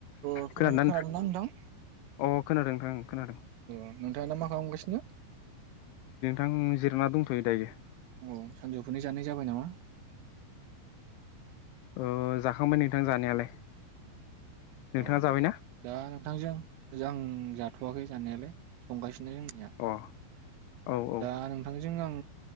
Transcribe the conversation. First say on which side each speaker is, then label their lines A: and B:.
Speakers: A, on the right; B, on the left.
A: अ खोना-खोनादोंना
B: खोनादोंना नोंथां
A: नोंथां
B: अ खोनादों नोंथां खोनादों
A: अ नोंथाङा दा मा खालामगासिनो
B: आं जिरायना दंथ'यो दायो
A: औ सानजौफुनि जानाय जाबाय नामा?
B: अ जाखांबाय नोंथां जानायालाय नोंथाङा
A: औ
B: जाबायना
A: दा नोंथांजों जां जाथ थ'वाखै जानायालाय संगासि इनो जोंनिया
B: अ औ औ
A: दा नोंथांजों आं